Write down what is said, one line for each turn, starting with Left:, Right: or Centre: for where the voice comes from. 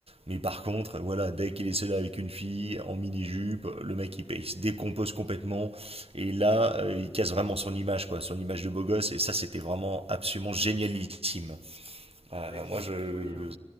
Right: Mais par contre, voilà, dès qu'il est seul avec une fille en mini-jupe, le mec il, il se décompose complètement. Et là, euh, il casse vraiment son image, quoi, son image de beau gosse. Et ça, c'était vraiment absolument génialissime. Euh,
Left: C'est vrai que c'était
Right: moi, je.
Left: de la folie, hein.